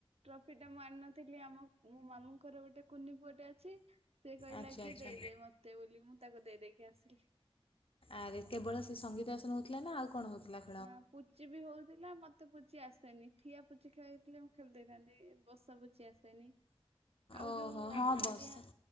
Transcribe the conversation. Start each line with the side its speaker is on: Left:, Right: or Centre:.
Right: ଟ୍ରଫି ଟା ମୁଁ ଆଣି ନଥିଲି ଆମ ମୋ ମାମୁଁଙ୍କ ର ଗୋଟେ କୁନି ପୁଅଟେ ଅଛି ସେ କହିଲା
Left: ଆଚ୍ଛା
Right: କି
Left: ଆଚ୍ଛା
Right: ଦେଇଦେ ମତେ ବୋଲି ମୁଁ ତାକୁ ଦେଇଦେଇକି ଆସିଲି।
Left: ଆରେ କେବଳ ସେ ସଙ୍ଗୀତ ଆସନ ହଉଥିଲା ନା ଆଉ କଣ ହଉଥିଲା?
Right: ନା। ପୁଚି ବି ହଉଥିଲା ମତେ ପୁଚି ଆସେନି ଠିଆ ପୁଚି ଖେଳଥିଲେ ମୁଁ ଖେଳି ଦେଇଥାନ୍ତି ବସା ପୁଚି ଚି ଆସେନି ଆଉ
Left: ଓହୋ
Right: ଯଉ
Left: ହଁ
Right: ଅଖା
Left: ବସ୍
Right: ଡିଆଁ